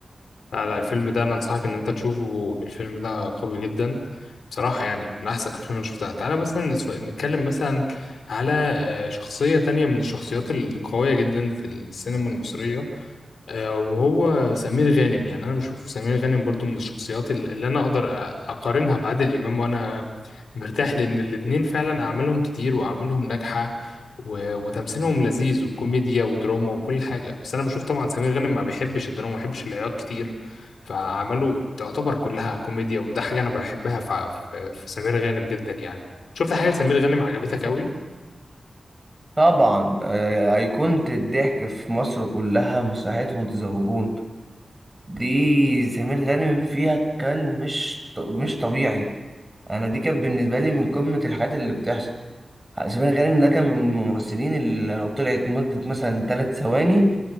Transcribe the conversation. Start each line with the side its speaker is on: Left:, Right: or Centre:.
Left: لا لا الفيلم ده انا انصحك ان انت تشوفه الفيلم ده قوي جدا بصراحة يعني من احسن الافلام اللي شفتها تعالى مثلا نسف- نتكلم مثلا على آه، شخصية تانية من الشخصيات القوية جدا في السينما المصرية آه، وهو سمير غانم يعني انا بشوف سمير غانم برضو من الشخصيات ال- اللي انا اقدر أ- اقارنها بعادل امام وانا مرتاح لان الاتنين فعلا اعمالهم كتير واعمالهم ناجحه و- وتمثيلهم لذيذ وكوميديا ودراما وكل حاجه بس انا بشوف طبعا سمير غانم ما بيحبش الدراما ما بيحبش العياط كتير فاعماله تعتبر كلها كوميديا وده حاجه انا بحبها ف- ف- في سمير غانم جدا يعني شفت حاجه لسمير غانم عجبتك قوي
Right: طبعا آه، ايقونة الضحك في مصر كلها مسرحية متزوجون دي سمير غانم فيها كان مش مش طبيعي انا دي كانت بالنسبة لي من قمة الحاجات اللي بتحصل سمير غانم ده كان من الممثلين اللي لو طلعت مدة مثلا ثلاث ثواني